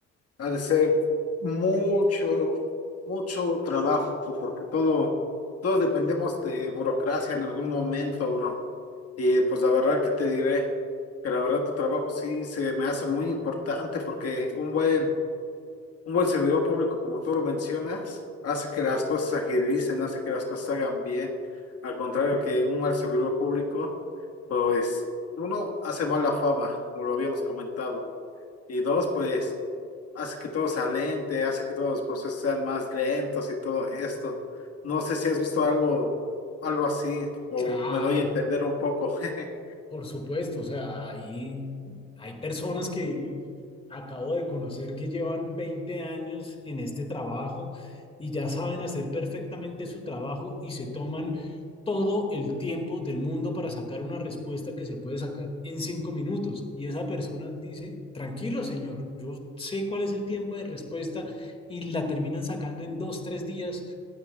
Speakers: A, on the left (about 55°); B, on the left (about 20°).
A: Ha de ser mucho, mucho trabajo, porque todo, todos dependemos de burocracia en algún momento, bro. Y pues la verdad que te diré que la verdad tu trabajo sí se me hace muy importante porque un buen, un buen servidor público, como tú lo mencionas, hace que las cosas se agilicen, hace que las cosas se hagan bien. Al contrario que un mal servidor público, pues uno hace mala fama, como lo habíamos comentado. Y dos, pues hace que todo sea lente, hace que todos los procesos sean más lentos y todo esto. No sé si has visto algo, algo así, o
B: Claro,
A: me doy a entender un poco. <laughs>
B: Por supuesto, o sea, hay, hay personas que acabo de conocer que llevan 20 años en este trabajo y ya saben hacer perfectamente su trabajo y se toman todo el tiempo del mundo para sacar una respuesta que se puede sacar en cinco minutos. Y esa persona dice, tranquilo, señor, yo sé cuál es el tiempo de respuesta y la terminan sacando en dos, tres días